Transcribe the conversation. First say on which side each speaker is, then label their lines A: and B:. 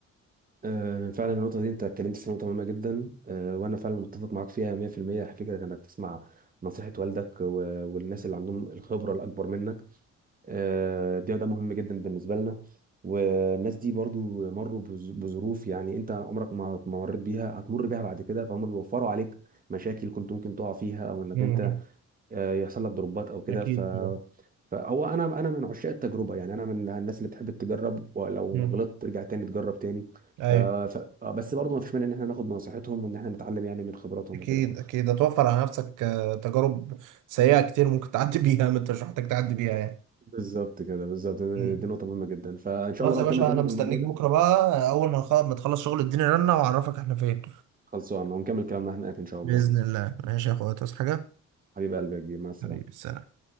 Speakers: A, on the right; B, on the right.
A: آه، فعلا النقطة دي أنت اتكلمت في نقطة مهمة جدا آه، وأنا فعلا متفق معاك فيها 100% فكرة إنك تسمع نصيحة والدك و- والناس اللي عندهم الخبرة الأكبر منك آه، ده ده مهم جدا بالنسبة لنا والناس دي برضو مروا بظ- بظروف يعني أنت عمرك ما ما مريت بيها هتمر بيها بعد كده فهم بيوفروا عليك مشاكل كنت ممكن تقع فيها أو إنك
B: مم.
A: أنت آه، يحصل لك دروبات او كده
B: اكيد
A: ف
B: طبعا
A: فهو انا انا من عشاق التجربه يعني انا من الناس اللي بتحب تجرب ولو
B: مم.
A: غلطت ترجع تاني تجرب تاني
B: ايوه
A: ف... ف... آه، بس برضه ما فيش مانع ان احنا ناخد بنصيحتهم وان احنا نتعلم يعني من خبراتهم
B: اكيد
A: وكده
B: اكيد هتوفر على نفسك آه، تجارب سيئه كتير ممكن تعدي <laughs> بيها ما انت مش محتاج تعدي بيها يعني
A: بالظبط كده بالظبط
B: مم.
A: دي نقطه مهمه جدا فان شاء
B: خلاص
A: الله بقى
B: يا باشا
A: نكمل كلامنا
B: انا مستنيك
A: في الموضوع ده
B: بكره بقى اول ما نخ- ما تخلص شغل اديني رنه واعرفك احنا فين
A: خلصان ونكمل كلامنا هناك ان شاء
B: باذن
A: الله
B: الله ماشي يا اخويا تصحى حاجه
A: حبيب قلبي يا كبير مع السلامه
B: حبيبي السلام